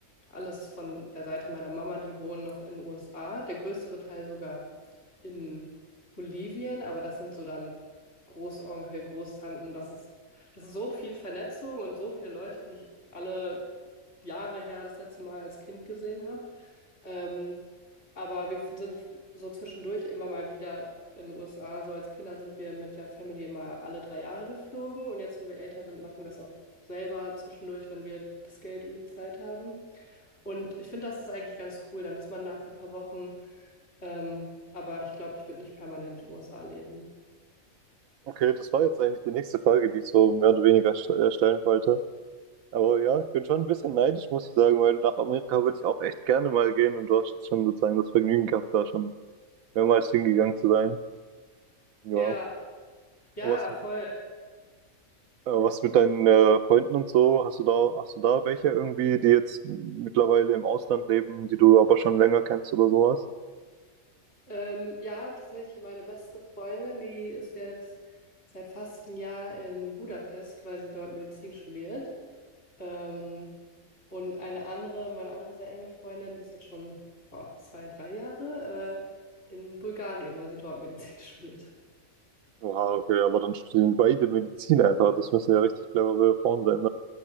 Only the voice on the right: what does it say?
Okay, das war jetzt eigentlich die nächste Frage, die ich so mehr oder weniger st- äh, stellen wollte. Aber ja, ich bin schon ein bisschen neidisch, muss ich sagen, weil nach Amerika würde ich auch echt gerne mal gehen und du hast jetzt schon sozusagen das Vergnügen gehabt, da schon mehrmals hingegangen zu sein. Ja.
Aber Was, äh,
was mit deinen äh, Freunden und so? Hast du da, hast du da welche irgendwie, die jetzt mittlerweile im Ausland leben, die du aber schon länger kennst oder sowas?
Oha, okay, aber dann studieren beide Medizin einfach. Das müssen ja richtig clevere Frauen sein